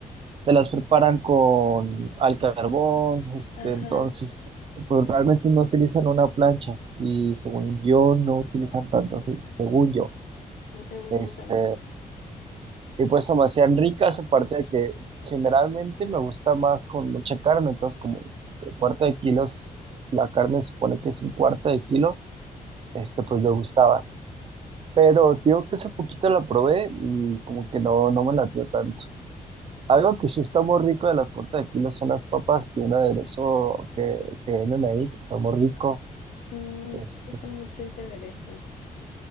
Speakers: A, on the right; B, on the left.
A: te las preparan con al carbón, este,
B: Ajá,
A: entonces, pues realmente no utilizan una plancha y según yo no utilizan tanto aceite, según yo.
B: según
A: Este,
B: yo también.
A: y pues se me hacían ricas, aparte de que generalmente me gusta más con mucha carne, entonces como cuarto de kilos, la carne se supone que es un cuarto de kilo, este pues me gustaba. Pero te digo que hace poquito la probé y como que no, no me latió tanto. Algo que sí está muy rico de las cuartas de kilo son las papas y un aderezo que, que venden ahí, que está muy rico.
B: Sí, me
A: Este,
B: gusta mucho ese aderezo.